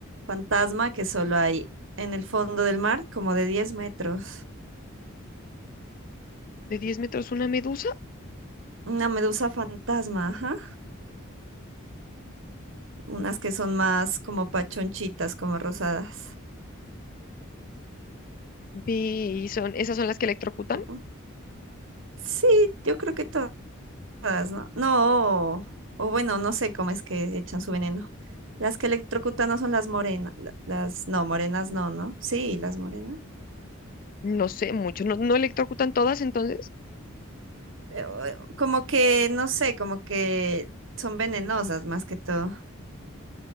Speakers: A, on the right; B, on the left.
A: fantasma que solo hay en el fondo del mar, como de 10 metros.
B: de 10 metros una medusa.
A: Una medusa fantasma, ajá. Unas que son más como pachonchitas, como rosadas.
B: Vi, son, esas son las que electrocutan.
A: Ujú. Sí, yo creo que todas. todas, ¿no? No, o bueno, no sé cómo es que echan su veneno. Las que electrocutan no son las morenas, las no, morenas no, ¿no? Sí, las morenas.
B: No sé mucho, no, no electrocutan todas entonces.
A: Eh, o- eh, Como que, no sé, como que son venenosas más que todo.